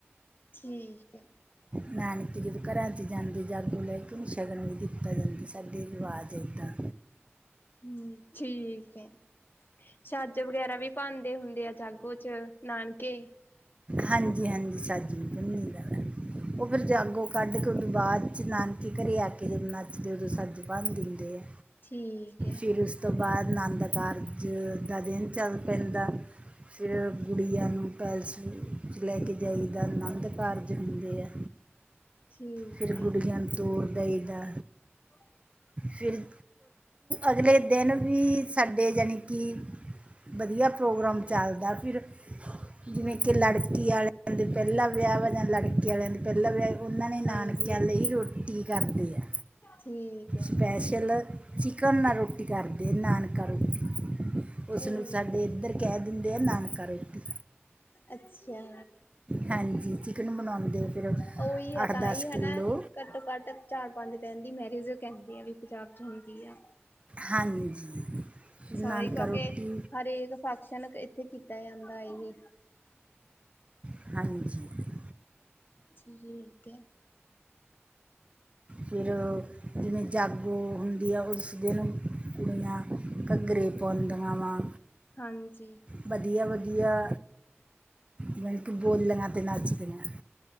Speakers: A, on the left; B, on the right.
A: ਠੀਕ ਏ।
B: ਨਾਨਕੇ ਜਦੋਂ ਘਰਾਂ ਚ ਜਾਂਦੇ ਜਾਗੋ ਲੈ ਕੇ ਉਨੂੰ ਸ਼ਗਨ ਵੀ ਦਿੱਤਾ ਜਾਂਦਾ ਸਾਡੇ ਰਿਵਾਜ਼ ਦੇਤਾ।
A: ਹੂੰ ਠੀਕ ਏ। ਛੱਜ ਵਗੈਰਾ ਵੀ ਪਾਂਦੇ ਹੁੰਦੇ ਆ ਜਾਗੋ ਚ ਨਾਨਕੇ।
B: ਹਾਂਜੀ-ਹਾਂਜੀ, ਛੱਜ ਵੀ ਮਿਲਦਾ <unintelligible> ਉ ਫਿਰ ਜਾਗੋ ਕੱਢ ਕੇ ਉਦੋਂ ਬਾਅਦ 'ਚ ਨਾਨਕੇ ਘਰੇ ਆ ਕੇ ਜਦੋਂ ਨੱਚਦੇ ਉਦੋਂ ਛੱਜ ਭੰਨ ਦਿੰਦੇ ਆ।
A: ਠੀਕ ਐ।
B: ਫਿਰ ਉਸ ਤੋਂ ਬਾਅਦ ਨੰਦ ਕਾਰ ਜ ਦਾ ਦਿਨ ਚੱਲ ਪੈਂਦਾ, ਫਿਰ ਗੁੜੀਆਂ ਨੂੰ ਪੈਲੇਸ ਲੈ ਕੇ ਜਾਈਦਾ। ਆਨੰਦ ਕਾਰਜ ਹੁੰਦੇ ਆ।
A: ਠੀਕ
B: ਫਿਰ
A: ਹੈ
B: ਗੁੜੀਆਂ ਨੂੰ ਤੋਰ ਦਈਦਾ।
A: <inaudible>
B: ਫਿਰ, ਅਗਲੇ ਦਿਨ ਵੀ ਸਾਡੇ ਜਣੀ ਕੀ ਵਧੀਆ ਪ੍ਰੋਗਰਾਮ ਚੱਲਦਾ ਫਿਰ ਜਿਵੇਂ ਕਿ ਲੜਕੇ ਲੜਕੇ ਆਲਿਆ ਦੇ ਪੇਲਾ ਵਿਆਹ ਜਾ ਲੜਕੀ ਆਲਿਆਂ ਦੇ ਪਹਿਲਾਂ ਵਿਆਹ। ਉਹਨਾਂ ਨੇ ਨਾਨਕਿਆਂ
A: ਹਾਂਜੀ
B: ਲਈ ਰੋਟੀ ਕਰਦੇ ਆ,
A: ਠੀਕ ਹੈ
B: ਸਪੈਸ਼ਲ। ਚਿਕਨ ਨਾਲ ਰੋਟੀ ਕਰਦੇ ਆ 'ਨਾਨਕਾ ਰੋਟੀ, ਉਸਨੂੰ
A: ਠੀਕ
B: ਸਾਡੇ
A: ਹੈ
B: ਇੱਧਰ ਕਹਿ ਦਿੰਦੇ ਆ, ਨਾਨਕਾ ਰੋਟੀ।
A: ਅੱਛਾ।
B: ਹਾਂਜੀ, ਚਿਕਨ ਬਣਾਉਂਦੇ ਫਿਰ।
A: ਉਹੀ ਹੈ
B: ਅੱਠ
A: ਤਾਂ
B: ਦਸ
A: ਹੀ ਹਨਾ
B: ਕਿਲੋ
A: ਘੱਟੋ- ਘੱਟ ਚਾਰ-ਪੰਜ ਦਿਨ ਦੀ ਮੈਰਿਜ ਕਹਿੰਦੇ ਆ ਵੀ ਪੰਜਾਬ ਚ, ਹੁੰਦੀ ਆ।
B: ਹਾਂਜੀ।
A: ਸਾਰੇ
B: ਨਾਨਕਾ
A: ਕਿਉਂਕਿ,
B: ਰੋਟੀ
A: ਹਰੇਕ ਫੰਕਸ਼ਨ ਇੱਥੇ ਕੀਤਾ ਜਾਂਦਾ ਏ ਵੀ।
B: ਹਾਂਜੀ।
A: ਠੀਕ ਏ। ਹੈ
B: ਫਿਰ, ਜਿਵੇਂ ਜਾਗੋ ਹੁੰਦੀ ਆ ਉਸ ਦਿਨ ਕੁੜੀਆਂ ਘੱਗਰੇ ਪਾਉਂਦੀਆਂ ਵਾ
A: ਹਾਂਜੀ
B: ਵਧੀਆ-ਵਧੀਆ ਮਤਲਬ ਕਿ ਬੋਲੀਆਂ ਤੇ ਨਾ ਨੱਚਦੀਆਂ।